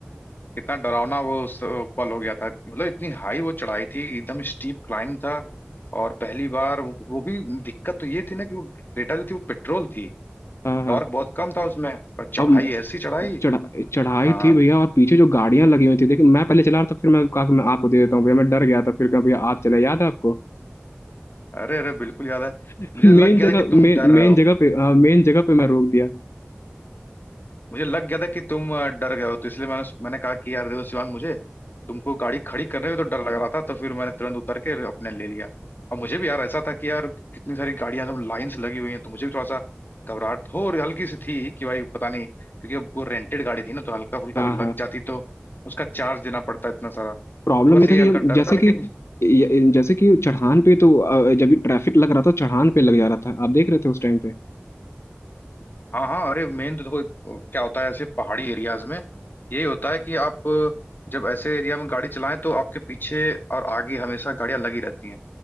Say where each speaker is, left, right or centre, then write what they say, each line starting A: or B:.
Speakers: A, on the left; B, on the left.
A: कितना डरावना वो उस पल हो गया था मतलब इतनी हाई वो चढ़ाई थी एकदम स्टीप क्लाइंब था और पहली बार वो, वो भी दिक्कत तो ये थी ना कि वो क्रेटा जो थी वो पेट्रोल थी
B: हाँ हाँ
A: टॉर्क बहुत कम था उसमें और चढ़ाई
B: अब
A: ऐसी चढ़ाई
B: चढ़ा चढ़ाई
A: हाँ
B: थी भैया और पीछे जो गाड़ियां लगी हुई थी देखिए मैं पहले चला रहा था फिर मैं कहा कि मैं आपको दे देता हूँ भैया मैं डर गया था फिर कहा भैया आप चले याद है आपको
A: अरे अरे बिल्कुल याद है
B: <laughs>
A: मुझे
B: मेन
A: लग गया
B: जगह
A: था कि तुम
B: मेन
A: डर रहे
B: मेन
A: हो
B: जगह पे मेन जगह पे मैं रोक दिया
A: मुझे लग गया था कि तुम अ, डर गए हो तो इसलिए मैंने मैंने कहा कि यार देखो शिवांग मुझे तुमको गाड़ी खड़ी करने में तो डर लग रहा था तो फिर मैंने तुरंत उतर के अपने ले लिया और मुझे भी यार ऐसा था कि यार कितनी सारी गाड़ियां एकदम लाइन से लगी हुई हैं तो मुझे भी थोड़ा सा घबराहट हो और हल्की सी थी कि भाई पता नहीं क्योंकि अब वो रेंटेड गाड़ी थी ना तो हल्का फुल्का
B: हाँ
A: भी लग
B: हाँ
A: जाती तो उसका चार्ज देना पड़ता इतना सारा
B: प्रॉब्लम
A: तो बस
B: ये
A: ये
B: था कि
A: हल्का
B: जब
A: डर
B: जैसे
A: था लेकिन
B: कि ये- जैसे कि चढ़ान पे तो अ, जब भी ट्रैफिक लग रहा था चढ़ान पे लग जा रहा था आप देख रहे थे उस टाइम पे
A: हाँ हाँ अरे मेन तो देखो क्या होता है ऐसे पहाड़ी एरियाज में यही होता है कि आप जब ऐसे एरिया में गाड़ी चलाएं तो आपके पीछे और आगे हमेशा गाड़ियां लगी रहती हैं